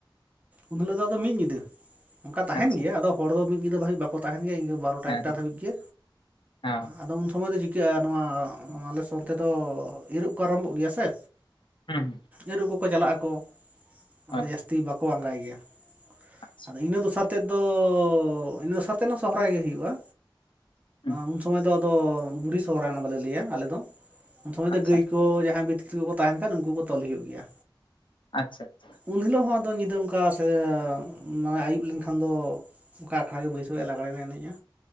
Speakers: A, on the right; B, on the left.
A: ᱩᱱ ᱦᱤᱞᱳᱜ ᱫᱚ ᱟᱫ ᱢᱤᱫ ᱧᱤᱫᱟᱹ ᱚᱱᱠᱟ ᱛᱟᱦᱮᱱ
B: ᱟᱪᱪᱷᱟ
A: ᱜᱮᱭᱟ ᱟᱫᱚ ᱦᱚᱲ ᱫᱚ ᱢᱤᱫ ᱧᱤᱫᱟᱹ ᱫᱷᱟᱵᱤᱡ ᱵᱟᱠᱚᱼᱼ ᱛᱟᱦᱮᱱ ᱜᱮ ᱵᱟᱨ ᱴᱟ
B: ᱦᱮᱸ
A: ᱮᱠᱴᱟ ᱫᱷᱟᱹᱵᱤᱡ ᱜᱮ
B: ᱦᱮᱸ
A: ᱟᱫᱚ ᱩᱱ ᱥᱚᱢᱚᱭ ᱪᱤᱼᱼ ᱪᱤᱠᱟᱹᱜᱼᱟ ᱱᱚᱣᱟ ᱟᱞᱮ ᱥᱚᱱᱛᱮ ᱫᱚ ᱤᱨᱚᱜ ᱠᱚ ᱟᱨᱟᱢᱵᱷᱚᱜ ᱜᱮᱭᱟ ᱥᱮ,
B: ᱦᱮᱸ ᱦᱮᱸ
A: ᱟᱹᱨᱩᱵ ᱠᱚᱠᱚ ᱪᱟᱞᱟᱜ ᱟᱠᱚ ᱟᱫᱚ
B: ᱦᱳᱭ
A: ᱡᱟᱹᱥᱛᱤ ᱵᱟᱠᱚ ᱟᱸᱜᱟᱭ ᱜᱮᱭᱟ
B: ᱟᱪᱪᱷᱟ
A: ᱟᱫᱚ ᱤᱱᱟᱹ ᱫᱚ ᱥᱟᱨᱼᱼ ᱮᱚᱛᱮᱫ ᱫᱚ ᱤᱱᱟᱹ ᱥᱟᱛᱮᱱᱟᱜ ᱥᱚᱦᱟᱭ ᱜᱮ ᱦᱩᱭᱩᱜᱼᱟ
B: ᱦᱩᱸ
A: ᱩᱱ ᱥᱚᱢᱚᱭ ᱫᱚᱼᱼ ᱚ ᱵᱩᱲᱦᱤ ᱥᱚᱦᱨᱟᱭ ᱚᱱᱟ ᱫᱚᱞᱮ ᱞᱟᱹᱭᱟ ᱟᱞᱮ ᱫᱚ᱾ ᱩᱱ ᱥᱚᱢᱚᱭ ᱫᱚ
B: ᱟᱪᱪᱷᱟ
A: ᱜᱟᱹᱭ ᱠᱚ ᱡᱟᱦᱟᱸᱭ ᱵᱤᱛᱠᱤᱞ ᱠᱚᱠᱚ ᱛᱟᱦᱮᱱ ᱠᱷᱟᱱ ᱩᱱᱠᱩ ᱠᱚ ᱛᱚᱞ ᱦᱩᱭᱩᱜ ᱜᱮᱭᱟ᱾
B: ᱟᱪᱪᱷᱟ ᱟᱪᱷᱟ᱾
A: ᱩᱱ ᱦᱤᱞᱳᱜ ᱦᱚᱸ ᱟᱫᱚ ᱧᱤᱫᱟᱹ ᱚᱱᱠᱟ ᱥᱮ ᱢᱟᱱᱮ ᱟᱹᱭᱩᱵ ᱞᱮᱱᱠᱷᱟᱱ ᱫᱚᱼᱼ ᱚᱱᱠᱟ ᱟᱠᱷᱲᱟᱮ ᱵᱟᱹᱭᱥᱟᱹᱜᱼᱟ ᱞᱟᱜᱽᱲᱮ ᱞᱮ ᱮᱱᱮᱡᱼᱟ